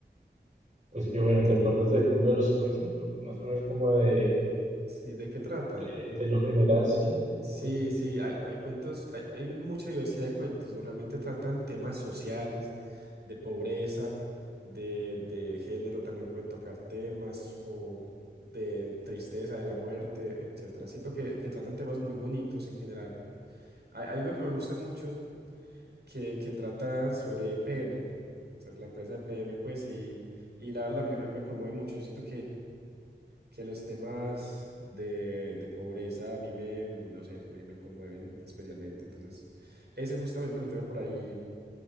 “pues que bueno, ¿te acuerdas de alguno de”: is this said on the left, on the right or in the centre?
Right